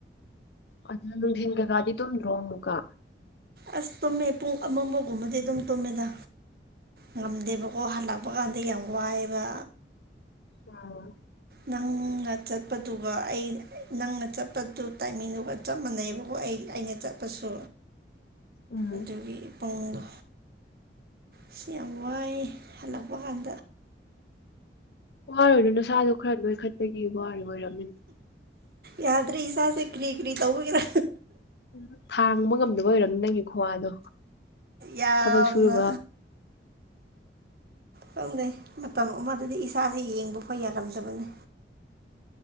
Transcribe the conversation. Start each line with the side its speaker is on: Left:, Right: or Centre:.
Left: ꯑꯗꯨꯅ ꯅꯨꯡꯊꯤꯟꯒꯀꯗꯤ ꯇꯨꯝꯗ꯭ꯔꯣ ꯑꯃꯨꯛꯀꯥ
Right: ꯑꯁ ꯇꯨꯝꯃꯦ ꯄꯨꯡ ꯑꯃꯃꯥ ꯒꯨꯝꯕꯗꯤ ꯑꯗꯨꯝ ꯇꯨꯝꯃꯦꯗ ꯉꯝꯗꯦꯕꯀꯣ ꯍꯜꯂꯛꯄ ꯀꯥꯟꯗ ꯌꯥꯝ ꯋꯥꯏꯑꯦꯕ
Left: ꯑꯣ
Right: ꯅꯪꯅ ꯆꯠꯄꯗꯨꯒ ꯑꯩ ꯅꯪꯅ ꯆꯠꯄꯗꯨ ꯇꯥꯏꯃꯤꯡꯗꯨꯒ ꯆꯞ ꯃꯥꯟꯅꯩꯕꯀꯣ ꯑꯩ ꯑꯩꯅ ꯆꯠꯄꯁꯨ
Left: ꯎꯝ
Right: ꯑꯗꯨꯒꯤ ꯄꯨꯡꯗꯣ ꯏꯁ ꯌꯥꯝ ꯋꯥꯏ ꯍꯜꯂꯛꯄ ꯀꯥꯟꯗ
Left: ꯋꯥꯔꯨꯅꯨ ꯅꯁꯥꯗꯣ ꯈꯔ ꯅꯣꯏꯈꯠꯄꯒꯤ ꯋꯥꯔꯤ ꯑꯣꯏꯔꯝ
Right: ꯌꯥꯗ꯭ꯔꯦ ꯏꯁꯥꯁꯦ ꯀ꯭ꯔꯤ ꯀ꯭ꯔꯤ ꯇꯧꯕꯒꯤꯔꯥ
Left: ꯎ ꯊꯥꯡꯕ ꯉꯝꯗꯕ ꯑꯣꯏꯔꯕꯝꯅꯤ ꯅꯪꯒꯤ ꯈꯨ꯭ꯋꯥꯗꯣ
Right: ꯌꯥꯝꯅ
Left: ꯊꯕꯛ ꯁꯨꯨꯔ ꯋꯥꯕ
Right: ꯈꯪꯗꯦ ꯃꯇꯝ ꯑꯃꯗꯗꯤ ꯏꯁꯥꯁꯦ ꯌꯦꯡꯕꯐꯥꯎ ꯌꯥꯔꯝꯗꯕꯅꯤ